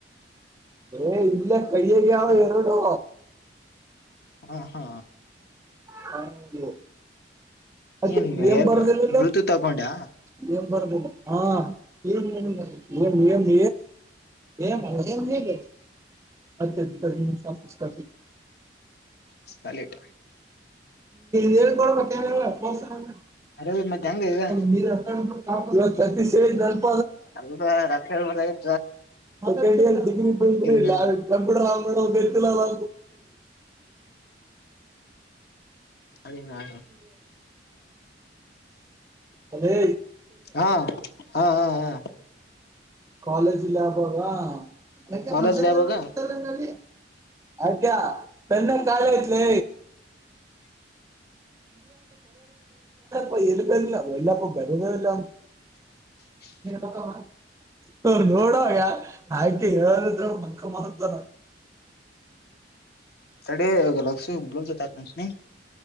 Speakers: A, on the right; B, on the left.
A: ಏ ಇಲ್ಲ ಕೈಯಗೆಾವ ಎರಡು
B: ಹಾ ಹಾ
A: <unintelligible> ಹ ಅಕಿ
B: ಏನ್
A: ಎಂ
B: ಏರ್
A: ಬರ್ದಿಲ್ಲ
B: ಬ್ಲೂಟೂತ್ ತಕೊಂಡ್ಯ
A: ಲೇ ಅವು ಬರ್ದಿಲ್ಲ ಹಾಂ ಏನ್ ಏನ್ ಬರ್ದ್.. ಏನ್ ಏನ್ <unintelligible> ಅತ್ಯ ಸ
B: ಸ್ಪೆಲಿಟ್
A: ಹೇಳ್ಕೊಡ್ಬೇಕ ಗೊತ್ತಲ್ಲ
B: ಅರ ಮತ್ ಹೆಂಗ ಈಗ
A: ನೀ ಹಕ <unintelligible> ಇವತ್ತು ಅತಿಸಿ <unintelligible>
B: ಅಲಾ ರಕ್ಷಬಂದಾಗ
A: ಸೆಕೆಂಡ್ ಇಯರ್ ಡಿಗ್ರಿ ಬಂದಿರಿ ಇಲ್ಲ
B: ನಿನ್
A: ಕಂಪ್ಯೂಟರ್ ಆನ್ ಮಾಡ್ದೆ ಗೊತ್ತಿಲ್ಲ ಅಲಾ
B: ಅದೇ ನಾನು
A: ಅಲೆ
B: ಹಾ ಹಾ ಹಾ ಹಾ
A: ಕಾಲೇಜ್ಲ್ಲಿ ಆಬಲ್ವಾ ಯಕೆ
B: ಕಾಲೇಜ್
A: ಪ್ರತತ್ತಲ್ಲ
B: ಲ್ಯಾಬಾಗ
A: ನಡಿ ಆಯ್ಕ ತನ್ನ ಕಾಲ ಇತಲ
B: <inaudible>
A: ಬ ಎಲುಬೆಲ್ಲ ಎಲ್ಲಪ ಬರದ ಎಲ್ಲ
B: <inaudible>
A: <inaudible> ಹ ನೋಡಾಗ ಆಯ್ತು ಹೇಳ ಮಂ ಮಹತ್ವನ
B: ತಡೆ ಲಸು ಬ್ಲೌ ತಾಕಕ್ಷ